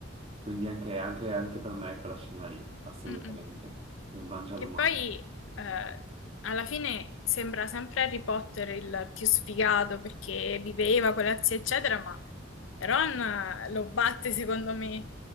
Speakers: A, on the right; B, on the left.
A: Quindi anche, anche- anche per me è quella scena lì, assolutamente.
B: Mm-mm.
A: Mi mangia
B: Che
A: l'umato.
B: poi eh, alla fine sembra sempre Harry Potter il più sfigato perché viveva con la zia, eccetera, ma Ron eh, lo batte secondo me.